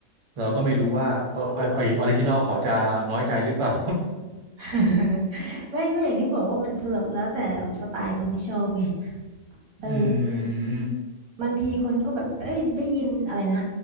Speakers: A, on the right; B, on the right.
A: เราก็ไม่รู้ว่าอออออริจินอลเขาจะน้อยใจหรือเปล่า
B: <laughs> ไม่ก็อย่างที่บอกว่ามันคือแบบแล้วแต่แบบสไตล์คนที่ชอบไง
A: <laughs>
B: เออ
A: อืม
B: บางทีคนก็แบบเอ้ยได้ยินอะไรนะ